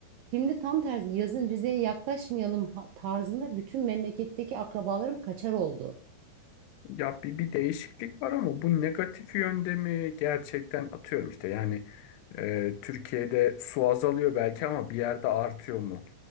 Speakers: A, on the right (about 80°); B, on the left (about 85°).
A: Şimdi tam tersi yazın Rize'ye yaklaşmayalım ha- tarzında bütün memleketteki akrabalarım kaçar oldu.
B: Ya bir, bir değişiklik var ama bu negatif yönde mi gerçekten atıyorum işte yani e, Türkiye'de su azalıyor belki ama bir yerde artıyor mu?